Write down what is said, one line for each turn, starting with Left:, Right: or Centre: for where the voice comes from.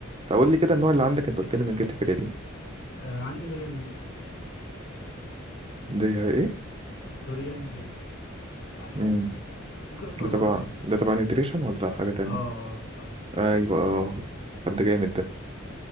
Right: تقول لي كده النوع اللي عندك انت قلت لي انا جبت كرياتين
Left: انا عندي دوريان ييست
Right: ده ايه
Left: دوريان ييتس عارفه
Right: امم
Left: ممكن اصوره
Right: ده تبع
Left: لك لو انت مش
Right: ده
Left: عارف
Right: تبع نيوتريشن ولا حاجه تانية
Left: اه اه طبعا نوتريشن
Right: ايوه اه طب ده جامد ده